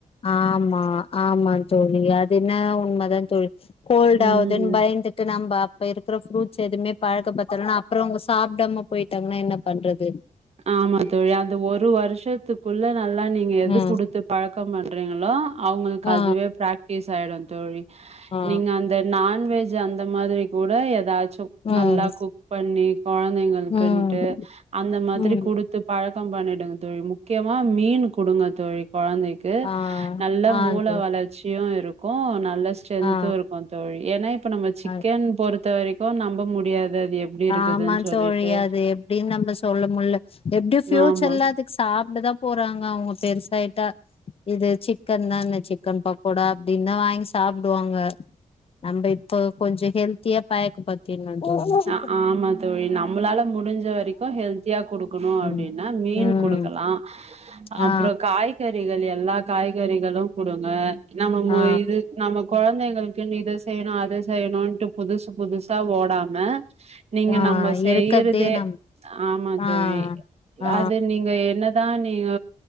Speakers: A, on the left; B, on the right.
A: ஆமா ஆமா தோழி அஞ ன உண்மைதான் தொழி கோல்ட்
B: ம்
A: ஆகுதுன்னு பயந்துட்டு நம்ம அப்ப இரு அப்புறம் ஃரூட்ஸ் எதுமே பழக்க படுத்தலன்னா அப்புறம் அவங்க சாப்பிடாம போயிட்டாங்கன்னா என்ன பண்றது
B: ஆமா தொழி அந்த ஒரு வருஷத்துக்குள்ள நல்லா நீங்க எது
A: ம்
B: குடுத்து பழக்கம் பண்ண றீங்களா அவங்களுக்கு
A: ஆ
B: அதுவே பிர்ராக்டிஸ் ஆயிடும் தோழி
A: ஆ
B: நீங்க அந்த நான்வெஜ் அந்த மாதிரி கூட ஏதாச்சும்
A: ம்
B: நல்லா குக் பண்ணி குழந்தைங்களுக்குன்ட்டு
A: ம்
B: அந்த மாதிரி
A: ம்
B: த்த கொடுத்து பழ பண்ணிடுங்க தொழி முக்கியமா மீன் கொடுங்க தொழி குழந்தைக்கு
A: ஆ
B: நல்ல
A: ஆ
B: மூல
A: தோழி
B: வளர்ச்சியும் இருக்கும் கோன் நல்ல ஸ்ட்ரன்தும்
A: ஆ
B: இருக்கும் தோழி எனனைப் நம்ம சிக்கன்
A: ஆ
B: பொறுத்து த்த வரைக்கும் நம்ப முடியாது அது எப்டி இருக்குதுன்னு
A: ஆமா
B: சொல்லிட்டு
A: தோழி அது எப்படின்னு நம்ம சொல்லும் மு எப்படியும் ப்யூச்சர்ல
B: ஆமா
A: அதுக்கு சாப்ப இ தான் போறாங்க அவங்க பெருசாயிட்டா இது சிக்கன் தான் சிக்கன் பக்கோடா அப்படின் தான் வாங்கி சாப்பிடுவாங்க நம்ம இப்ப கொஞ்சம் ஹெல்த்தியா பாயக்கு பாத்தீ நன்றி
B: அ ஆமா தோழி நம்மளால முடிஞ்ச வரைக்கும் ஹெல்த்தியா குடுக்கணும் அப்படின்னா
A: ம்
B: மீன்
A: ம்
B: குடுக்கலாம் அப்புறம்
A: ஆ
B: காய்கறிிகள் எல்லா காய்கறிகளும் கொடுங்க நம்ம
A: ஆ
B: இது நம்ம குழந்தைங்களுக்குன்னு இதை செய்யணும் அது செய்யணும்ன்ட்டு புதுசு புதுசாக ஓடாங்க ஆ நீங்க
A: ஆ
B: நம்ம செய்யறதே
A: இருக்கதே நம்
B: ஆமா
A: ஆ
B: தோழி
A: ஆ
B: அது நீங்க என்னதான் நீங்க